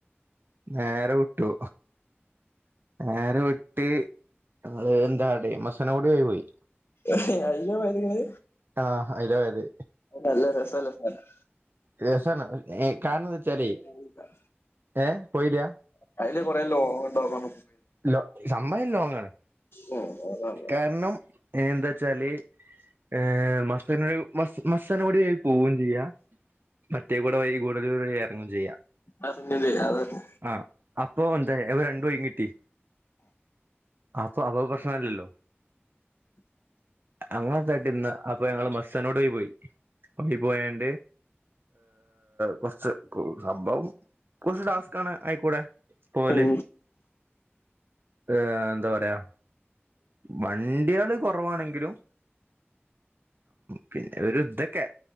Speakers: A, on the right; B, on the left.
A: നേരെ വിട്ടു നേരെ വി ട്ട് ഞങ്ങള് എന്താ മസനകുടി വഴി പോയി
B: കെ അയ്യമായിരിക്ക്ണെ
A: ആ അയിലെ പോയത്
B: അത് നല്ല രസള്ള സ്ഥലാ
A: രസാണ് ഏ കാരന്ന് വെച്ചാലേ
B: പോയില്ല
A: ഏ പോയില്ല
B: അയിലെ കൊറേ ലോങ്ങുണ്ടെടാ പറ
A: ലോ സംഭവം ലോങ്ങാണ്
B: ഉം അതാണ്
A: കാരണം എന്താ ചാല് എ മസന മസനകുടി വഴി പോവുകയും ചെയ്യാം മറ്റേ ഇവിടെ വഴി ഗൂഡല്ലൂർ ചെയ്യാം
B: അറിഞ്ഞില്ലേ അതന്നെ
A: ആ അപ്പോ എന്തേ പോയി കിട്ടി അപ്പൊ അപ്പ പ്രശ്നല്ലല്ലോ അങ്ങത്തായിട്ട് ഇന്ന് അപ്പൊ ഞങ്ങള് മസ്സന പോയി പോയി പോയണ്ട് കൊറച്ച് സംഭവം കൊറച്ച് ടാസ്ക് ആണ് ആയിക്കൂടെ പോവല്
B: ഉം
A: ഏ എന്താ പറയാ വണ്ടികള് കുറവാണെങ്കിലും പിന്നെ ഒരു ഇതൊക്കെ